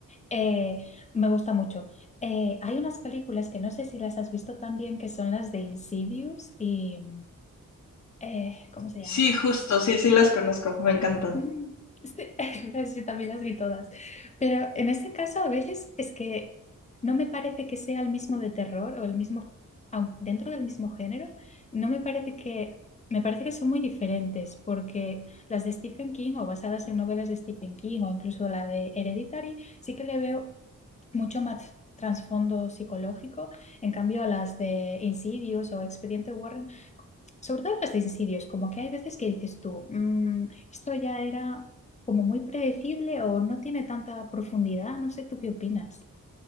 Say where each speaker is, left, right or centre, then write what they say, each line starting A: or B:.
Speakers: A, on the left; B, on the left.
A: eh, me gusta mucho. Eh, hay unas películas que no sé si las has visto también, que son las de Insidious y... eh, ¿cómo se
B: Sí,
A: llama?
B: justo, sí, sí las conozco, me encantan.
A: Mm, Sí, <laughs> pues yo también las vi todas. Pero en ese caso, a veces es que no me parece que sea el mismo de terror o el mismo, aun dentro del mismo género, no me parece que, me parece que son muy diferentes, porque las de Stephen King o basadas en novelas de Stephen King o incluso la de Hereditary, sí que le veo mucho más trasfondo psicológico. En cambio, a las de Insidious o Expediente Warren sobre todo en los de suicidios, como que hay veces que dices tú, "Mm, esto ya era como muy predecible o no tiene tanta profundidad, no sé, ¿tú qué opinas?